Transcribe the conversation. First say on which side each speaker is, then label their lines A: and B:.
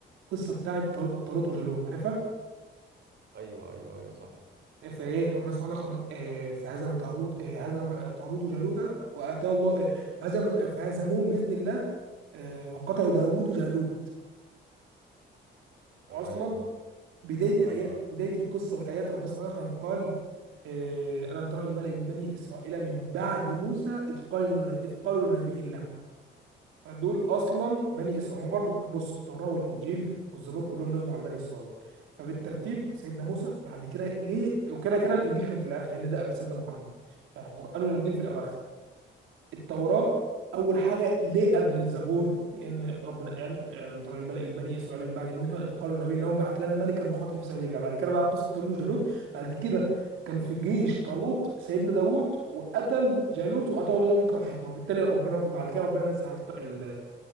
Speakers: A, on the right (about 85°); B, on the right (about 60°).
A: القصة بتاعت طال- طالوت وجالوت عارفها
B: أيوه أيوه أيوه صح
A: فايه ربنا سبحانه وتعالى قال آه، فهزم طالوت آه، هزم طالوت وجالوت واتاه الله آه، هزم فهزموهم باذن الله آه، وقتلوا داوود وجالوت
B: تمام
A: واصلا بدايه الايات
B: أيوه أيوه
A: بدايه القصه والايات ربنا سبحانه وتعالى كان قال آه، الم ترى الملأ من بني اسرائيل من بعد موسى اذ قالوا إذ قالوا لنبي له فدول اصلا بني اسرائيل هم برضو بص التوراه والانجيل والزبور كلهم نزلوا على بني اسرائيل فبالترتيب سيدنا موسى بعد كده ليه وكده كده الانجيل كان في الاخر لان ده قبل سيدنا محمد فالقران والانجيل في الاواخر التوراة أول حاجة ليه قبل الزبور؟ لأن ربنا قال آه، من طريق الملك من بني إسرائيل من بعد موسى إذ قالوا النبي اللهم ابعث لنا ملكا نقاتل في سبيل الله بعد كده بقى قصة طالوت وجالوت بعد كده كان في جيش طالوت سيدنا داوود وقتل جالوت وأعطاه الله الملك والحكمة وبالتالي ربنا بعد كده ربنا نزل على الط- ال